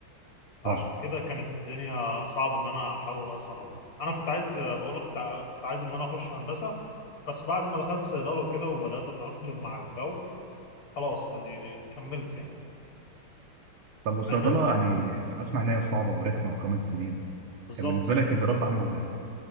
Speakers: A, on the right; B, on the left.
A: <laughs>
B: فعشان
A: اه
B: كده كانت الدنيا صعب ان انا احول اصلا أروح. انا كنت عايز آه، بقول لك كنت ع- كنت عايز ان انا اخش هندسه بس بعد ما دخلت صيدله وكده وبدات اتاقلم مع الجو خلاص آه، كملت يعني
A: طب والصيدله
B: <laughs> أنا-
A: يعني اسمع ان هي صعبه ورخمه وخمس سنين
B: بالظبط
A: كان بالنسبه لك الدراسه عامله ازاي؟